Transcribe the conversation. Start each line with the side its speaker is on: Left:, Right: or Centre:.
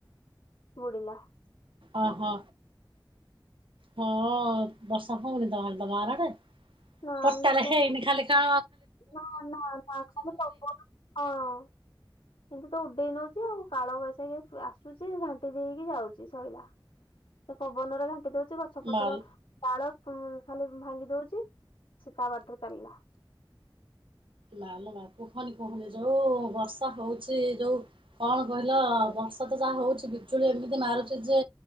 Left: ବୁଡ଼ିଲା।
Right: ଅ ହ। ହଁ ବର୍ଷା ହଉନି ତାହାଲେ ତମ ଆଡେ।
Left: ନାଇଁ
Right: ବର୍ଷା
Left: ବ-
Right: ହେଇନି ଖାଲି କା
Left: ନା ନା ନା <inaudible> ହଁ। କିନ୍ତୁ ତ ଉଡେଇ ନଉଛି ଆଉ କାଳ ବୈଶାଖୀ ଆସୁଛି ଘାଣ୍ଟି ଦେଇକି ଯାଉଛି ସଇଲା। ସେ ପବନରେ ଘାଣ୍ଟି ଦଉଛି ବ ଗଛପତ୍ର
Right: ମାଲ
Left: ଡାଳ ଖାଲି ଭାଙ୍ଗି ଦଉଛି ସେ ତା ବାଟରେ ଚାଲିଲା।
Right: ନାଲୋ ମା କୁହନି କୁହନି ଯୋଉ ବର୍ଷା ହଉଛି ଯୋଉ କଣ କହିଲ ବର୍ଷା ତ ଯାହା ହଉଛି ବିଜୁଳି ଏମିତି ମାରୁଛି ଯେ